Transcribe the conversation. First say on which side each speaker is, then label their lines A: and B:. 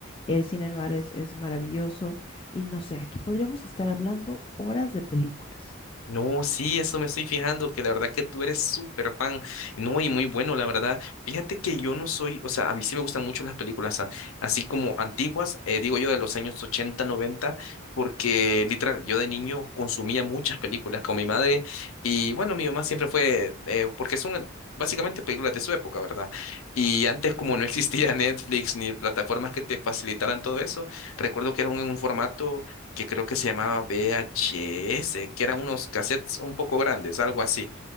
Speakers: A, on the left (about 25°); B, on the left (about 75°).
A: El cine noir es, es maravilloso y no sé, aquí podríamos estar hablando horas de películas.
B: No, sí, eso me estoy fijando, que la verdad que tú eres súper fan, no, y muy bueno, la verdad. Fíjate que yo no soy, o sea, a mí sí me gustan mucho las películas, a- así como antiguas, eh, digo yo de los años 80, 90, porque literal, yo de niño consumía muchas películas con mi madre, y bueno, mi mamá siempre fue, eh, porque son básicamente películas de su época, ¿verdad? Y antes como no existía <laughs> Netflix ni plataformas que te facilitaran todo eso, recuerdo que era un un formato que creo que se llamaba VHS, que eran unos cassettes un poco grandes, algo así.